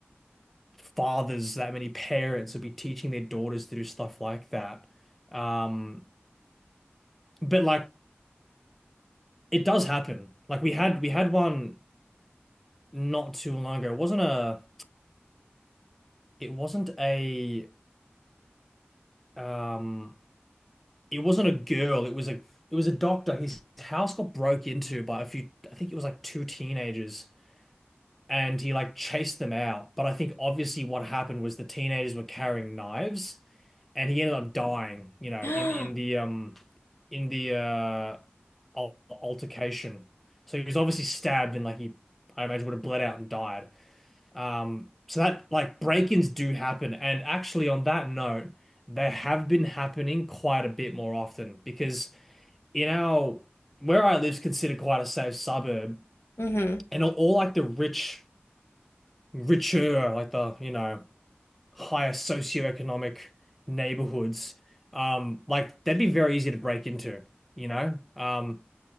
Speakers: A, in the centre; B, on the left.
A: fathers, that many parents would be teaching their daughters to do stuff like that. Um, but like it does happen. Like we had we had one not too long ago. It wasn't a it wasn't a um it wasn't a girl, it was a it was a doctor. His house got broke into by a few, I think it was like two teenagers, and he like chased them out. But I think obviously what happened was the teenagers were carrying knives, and he ended up dying, you know,
B: <gasps> hmm
A: in in the um in the uh al- altercation. So he was obviously stabbed and like he, I imagine, would have bled out and died. Um, so that like break-ins do happen, and actually on that note, they have been happening quite a bit more often because in our where I live's considered quite a safe suburb,
B: I
A: and all, all like the rich, richer, like the you know higher socioeconomic neighborhoods, um, like that'd be very easy to break into, you know, um,